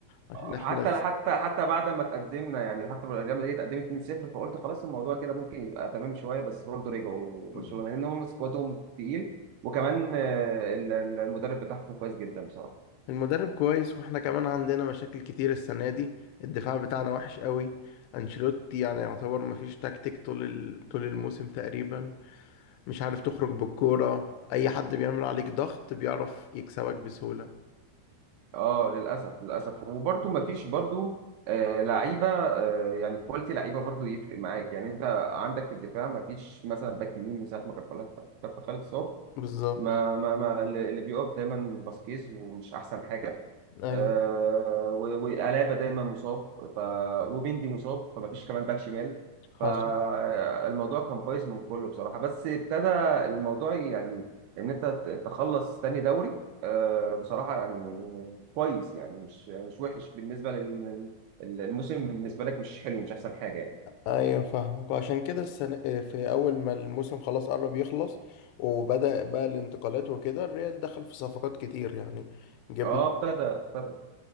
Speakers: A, on the left (about 80°); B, on the right (about 80°).
A: عشان احنا
B: حتى حتى حتى بعد ما تقدمنا يعني حتى لما ريال مدريد اتقدمت 2-0 فقلت خلاص الموضوع كده ممكن يبقى تمام شويه بس برضه رجعوا برشلونه
A: س-
B: لان هم سكوادهم تقيل وكمان آه، ال- ال- المدرب بتاعهم كويس جدا بصراحه
A: المدرب كويس واحنا كمان عندنا مشاكل كتير السنة دي الدفاع بتاعنا وحش قوي انشيلوتي يعني يعتبر مفيش تكتيك طول ال... طول الموسم تقريبا مش عارف تخرج بالكورة اي حد بيعمل عليك ضغط بيعرف يكسبك بسهولة
B: اه للاسف للاسف وبرضه ما فيش برضه آه، لعيبه آه، يعني كواليتي لعيبه برضه يفرق معاك يعني انت عندك في الدفاع ما فيش مثلا باك يمين من ساعه ما كارفاخال كارفاخال اتصاب
A: بالظبط
B: ما ما ما اللي اللي بيقف دايما باسكيز ومش احسن حاجه
A: ايوه
B: آه و- وألابا دايما مصاب ف وبيندي مصاب فما فيش كمان باك شمال
A: حصل
B: فالموضوع كان بايظ من كله بصراحه بس ابتدى الموضوع يعني ان انت ت- تخلص تاني دوري آه بصراحه يعني كويس يعني مش مش وحش بالنسبه للموسم بالنسبه لك مش حلو مش احسن حاجه يعني
A: ايوه فاهمك وعشان كده السنة في اول ما الموسم خلاص قرب يخلص وبدأ بقى الانتقالات وكده الريال دخل في صفقات كتير يعني جبنا
B: اه ابتدى ابتدى